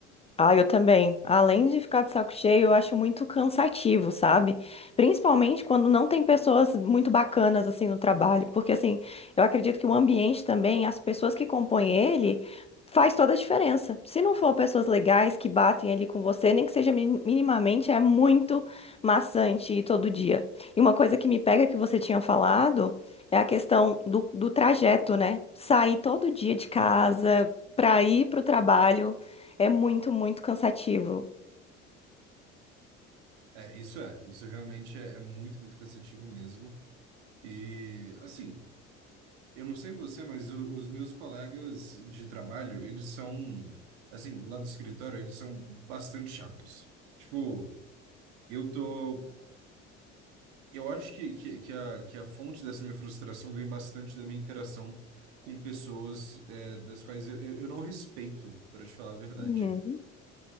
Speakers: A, on the left (about 15°); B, on the right (about 65°).
A: Ah, eu também. Além de ficar de saco cheio, eu acho muito cansativo, sabe? Principalmente quando não tem pessoas muito bacanas assim no trabalho, porque assim, eu acredito que o ambiente também, as pessoas que compõem ele, faz toda a diferença. Se não for pessoas legais que batem ali com você, nem que seja mi- minimamente, é muito maçante ir todo dia. E uma coisa que me pega que você tinha falado é a questão do, do trajeto, né? Sair todo dia de casa. Para ir para o trabalho, é muito, muito cansativo.
B: É, isso é, isso realmente é, é muito, muito cansativo mesmo. E, assim. Eu não sei você, mas o- os meus colegas de trabalho, eles são, assim, lá do escritório, eles são bastante chatos. Tipo, eu tô. Eu acho que, que, que a, que a fonte dessa minha frustração vem bastante da minha interação com pessoas, é, das quais eu, eu eu não respeito, para te falar a verdade.
A: Uhum.